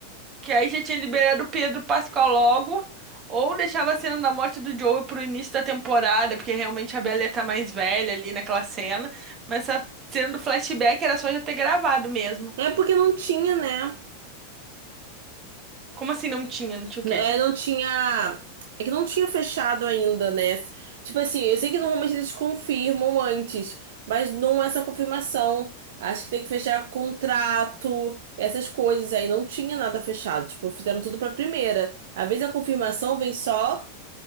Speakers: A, on the right; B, on the right.
A: Que aí já tinha liberado o Pedro Pascal logo, ou deixava a cena da morte do Joey pro início da temporada, porque realmente a Bella ia tá mais velha ali naquela cena. Mas a cena do flashback era só já ter gravado mesmo.
B: É porque não tinha, né?
A: Como assim não tinha? Não tinha o
B: É,
A: quê?
B: não tinha. É que não tinha fechado ainda, né? Tipo assim, eu sei que normalmente eles confirmam antes, mas não é essa confirmação. Acho que tem que fechar contrato, essas coisas aí. Não tinha nada fechado. Tipo, fizeram tudo pra primeira. Às vezes a confirmação vem só.